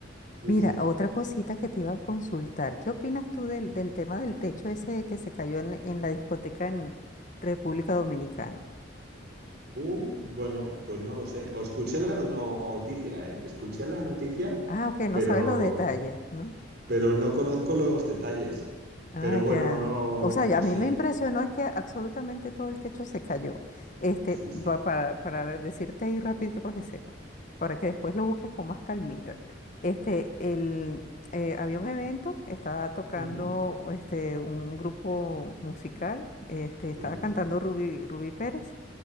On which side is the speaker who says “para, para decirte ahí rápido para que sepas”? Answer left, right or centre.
Left